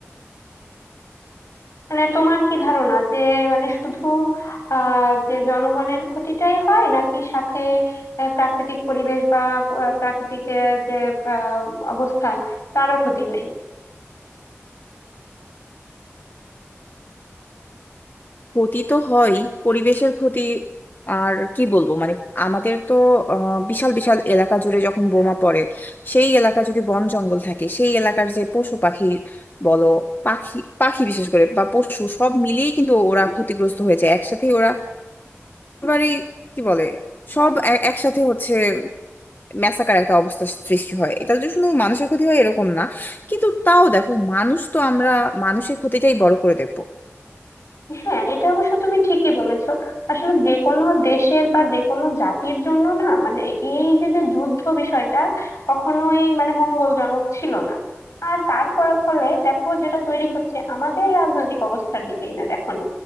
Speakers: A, on the left; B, on the left.
A: মানে তোমার কি ধারণা যে মানে শুধু আহ যে জনগণের ক্ষতিটাই হয় নাকি সাথে আহ, প্রাকৃতিক পরিবেশ বা আহ, প্রাকৃতিক আহ, যে আহ, অবস্থান তারও ক্ষতি হয়
B: ক্ষতি তো হয় পরিবেশের ক্ষতি আর কি বলবো মানে আমাদের তো আহ, বিশাল বিশাল এলাকা জুড়ে যখন বোমা পড়ে সেই এলাকা যদি বন জঙ্গল থাকে সেই এলাকার যে পশু পাখি বলো পাখি পাখি বিশেষ করে বা পশু সব মিলিয়ে কিন্তু ওরা ক্ষতিগ্রস্ত হয়েছে একসাথে ওরা একেবারেই কি বলে সব এ- একসাথে হচ্ছে ম্যাসাকার একটা অবস্থা সৃষ্টি হয় এটা যে শুধু মানুষের ক্ষতি হয় এরকম না কিন্তু তাও দেখো মানুষ তো আমরা মানুষের ক্ষতিটাই বড় করে দেবো
A: হ্যাঁ এটা অবশ্য তুমি ঠিকই বলেছো আসলে যে কোনো দেশের বা যে কোনো জাতির জন্য না মানে এই যে যে যুদ্ধ বিষয়টা কখনোই মানে মঙ্গলজনক ছিল না আর তার ফলাফলে দেখো যেটা তৈরি হচ্ছে আমাদের রাজনৈতিক অবস্থার দিকেই না দেখো না